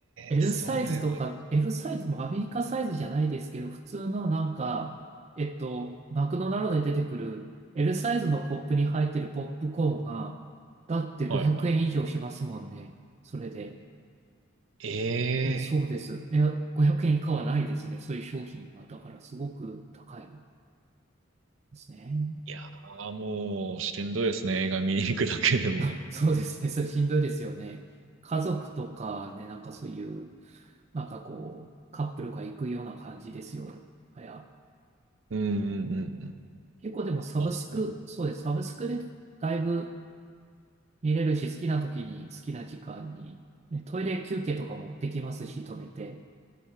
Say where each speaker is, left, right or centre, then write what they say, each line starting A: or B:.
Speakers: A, on the right; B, on the right.
A: L
B: えそれは、
A: サイズとか、L サイズ、まあアメリカサイズじゃないですけど、普通のなんか、えっと、マクドナルドで出てくる L サイズのコップに入ってるポップコーンが、だって500円以上しますもんね。
B: はいはい。
A: それで。
B: ええ
A: え、そうです。いや、500円以下はないですね。そういう商品は。だからすごく高いですね。
B: いやー、もう、しんどいですね。映画見に行くだけでも。
A: あ、そうですね。それしんどいですよね。家族とかね、なんかそういう、なんかこう、カップルが行くような感じですよね。いや、
B: うんうんうんうん。
A: 結構でもサブスク、
B: あ、そう。
A: そうです。サブスクでだいぶ見れるし、好きな時に好きな時間に、ね、トイレ休憩とかもできますし、止めて。